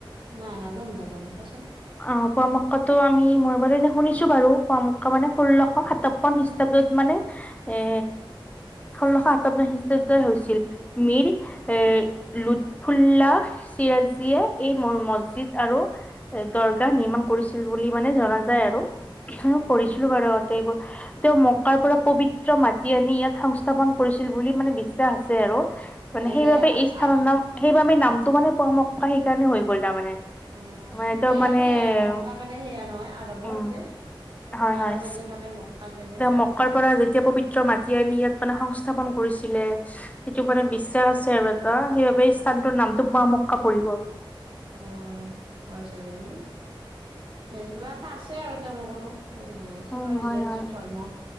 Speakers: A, on the right; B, on the left.
A: নাই, নাজানো নাজানো কোৱাচোন?
B: অ পোৱামক্কাটো আমি মই বাৰু শুনিছো বাৰু পোৱামক্কা মানে ষোল্লশ সাতাপন্ন খষ্ট। <unintelligible> মানে এ। ষোল্লশ সাতাৱন্ন খ্ৰীষ্টাব্দ হৈছিল মীৰ এৰ লু। ফুল্লা চিৰাজীয়ে এই মছজিদ আৰু। দৰগাহ নিৰ্মাণ কৰিছিল বুলি মানে জনা যায় আৰু
A: অ
B: কৰ
A: অ
B: ছিলো বাৰু। এইবোৰ তেওঁ মকাৰ পৰা পবিত্ৰ মাটি আনি ইয়াত। সংস্থাপন কৰিছিল বুলি মানে বিশ্বাস আছে আৰু মানে সেইবাবে
A: সেয়া
B: এই স্থানৰ
A: আহ
B: নাম। সেইবাবে নামটো মানে পোৱামক্কা সেইকাৰণে হৈ গ'ল তাৰ মানে।
A: অ
B: তেওঁ
A: এইয়া
B: মানে
A: সেয়া মক্কা মানে সেয়া নহয় আদৱৰ
B: উম,
A: যে।
B: হয়
A: আৰৱত
B: হয়,
A: যে থাকে মক্কাত যায় যে
B: তেওঁ
A: পোৱা
B: মক্কাৰ
A: মক্কাত
B: পৰা
A: যায়।
B: যেতিয়া পৱিত্ৰ মাজ। <unintelligible> ইয়াত মানে সংস্থাপন কৰিছিলে। সেইটো মানে বিশ্বাস আছে আৰু এটা সেইবাবে এই স্থানটোৰ নামটো পোৱামক্কা পৰি গ'ল।
A: অ, হয় চাগে ন? সেই, কিবা এটা আছে আৰু তেওঁলোকৰো হয় নে নাই চবৰে
B: উম, হয়
A: নিজৰ
B: হয়,
A: নিজৰ ধৰ্ম,